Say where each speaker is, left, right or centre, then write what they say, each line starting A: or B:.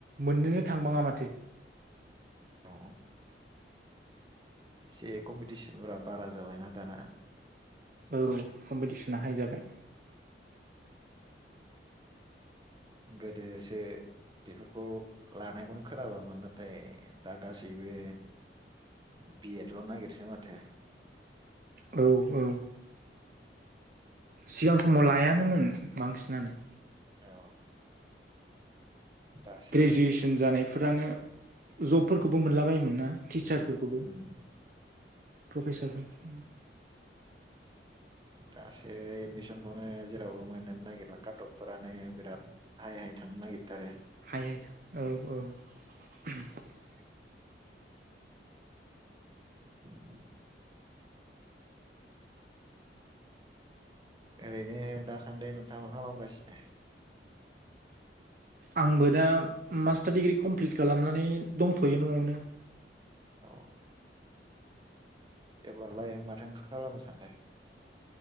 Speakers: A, on the right (about 50°); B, on the right (about 25°).
A: मोननोनो थांबाङा माथो।
B: अ एसे कमपिटिसनफोरा बारा जाबायना दाना।
A: जौ कम्पिटिसना हाय जाबाय।
B: गोदोसो बेफोरखौ लानायखौनो खोनाबोयामोन नाथाय दा गासैबो बि एडल' नागिरसै माथो।
A: औ औ। सिगां समाव लायानोमोन बांसिनानो।
B: औ। दासो
A: ग्रेजुवेसन जानायफोरानो जबफोरखौबो मोनलाबायोमोन ना? टिचारफोरखौबो
B: उम
A: फो <unintelligible>
B: दासो एदमिसनखौनो जेरावबो मोनो नागिरला काटपफोरानो बिराद हाइ हाइ थांनो नागिरथारो।
A: हाय हाय थां औ औ। <inaudible>
B: <inaudible> ओरैनो दासान्दि नोंथाङा मा खालामगासिनो?
A: आंबो दा मास्टार डिग्रि कमप्लिट खालामनानै दंथ'यो न'आवनो।
B: अ। एबारलाय माथो खालामो सानदों?